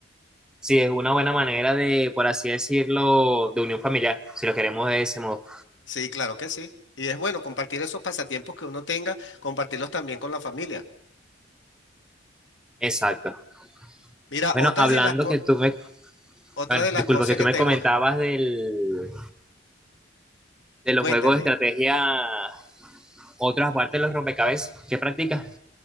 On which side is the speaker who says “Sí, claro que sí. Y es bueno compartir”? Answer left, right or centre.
Left